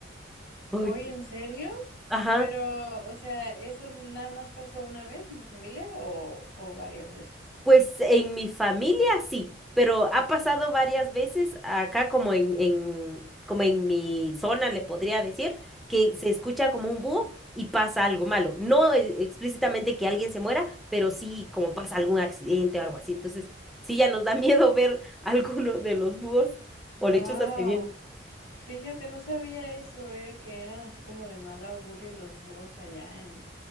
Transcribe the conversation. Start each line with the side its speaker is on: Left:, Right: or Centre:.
Centre: Ay,
Left: Oye,
Centre: qué-
Left: ¿en serio?
Centre: Ajá.
Left: Pero, o sea, ¿eso nada más pasó una vez en tu familia o, o varias veces?
Centre: Pues en mi familia sí, pero ha pasado varias veces acá como en, en- como en mi zona le podría decir que se escucha como un búho y pasa algo malo. No e- explícitamente que alguien se muera, pero sí como pasa algún accidente o algo así. Entonces, sí ya nos da <laughs> miedo ver alguno de los búhos
Left: Wow.
Centre: o lechuzas que vienen.
Left: Fíjate, no sabía eso, eh, que eran así como de mal augurio los búhos allá en,